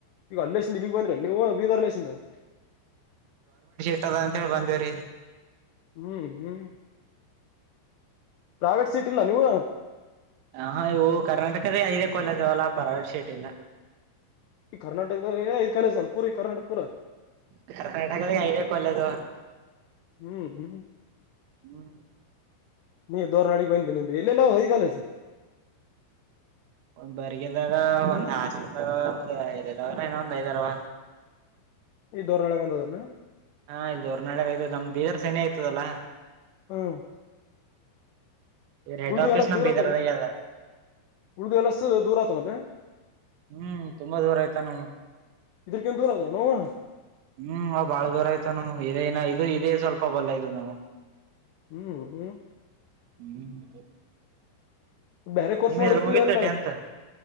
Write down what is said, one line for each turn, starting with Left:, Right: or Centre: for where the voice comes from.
Left: ಈಗ ಅಲ್ಲಸನ್ ಇಿಗ್ ಬಂದ್ರ ನೀವು ಬೀದರ್ ಅರ್ಲಸಿಂದ
Right: ಹತದ ಅಂತ ಹೇಳಿ ಬಂದೇವ್ರರಿ
Left: ಹ್ಮ್ ಹ್ಮ್ ಪ್ರೈವೇಟ್ ಸೀಟ್ ಇಲ್ಲ ನೀವು
Right: ಹ ಇವು ಕರ್ನಾಟಕದ ಐದೆ ಕೊಲದಾವಲ್ಲ ಪರಾವ ಶೆಟ್ ಇಲ್ಲ
Left: ಈ ಕರ್ನಾಟಕದಾಗಐ್ ಕಾಲೇಜ್ದಾನ ಪೂರಿ ಕರ್ನಾಟಕ ಪೂರ
Right: ಕರ್ನಾಟಕದಾಗ ಐದ ಕೊಲ್ಲದು
Left: ಹ್ಮ್ ಹ್ಮ್
Right: ಹ್ಮ್
Left: ನೀ ದೋರ್ನಾಡಿಿಗೆ ಬಯಂದ ನಿಮ್ದ ಇಲ್ಲೆಲ್ಲ ಹದ ಕಾಲಸ
Right: ಒಂದ್ ಬರ್ಗದಾಗ ಒಂದ್ ಹಾಸಂದಾಗ ಒಂದ್ ಎರಲ್್ರ ಏನ ಒಂದ್ ಐದಾರವ
Left: ಈ ೋರ್ರಣಳಗೆ ಒಂದದನ್ನು
Right: ಹಾ ಇಲ್ದುರ್ನಾಾಳ ಆ ನಮ್ ಬೀದರ್ ಸನಿ ಆಯತದಲ್ಲಾ
Left: ಹ್ಮ
Right: ಇವ್ರ ಹೆಡ್
Left: ಉರ್್ದು
Right: ಆಫೀಸ್
Left: ಎಲ್ಲ
Right: ನಮ್
Left: ದೂರ
Right: ಬೀದರ್ದಾಗೆ
Left: ಆತವ
Right: ಅದ
Left: ಉಳ್ದು ಎಲ್ಲ ದೂರ ಆತವಣ
Right: ಹ್ಮ್ ತುಂಬಾ ದೂರ ಆಯ್ತ ನವು
Left: ಇದ್ರಕ ನ್ ದೂರ ಅದಾವ ನೋಣ
Right: ಹ್ಮ್ ಅವ್ ಬಾಳ ದೂರ ಆಯ್ತ ನ ಇದನ ಇದು ಇದೇ ಸ್ವಲ್ಪ ಬಲ್ಲ ಆಯ್ತದ ನಾವ
Left: ಹ್ಮ್ ಹ್ಮ
Right: ಹ್ಮ್
Left: ಬೇರೆ ಕೋರ್ಸ್
Right: ನಿಮ್ದ
Left: ಮಾಡಕಲ
Right: ಎಲ್ ಮುಗಿತ
Left: ಅನ್ನ
Right: ಟೆಂತ್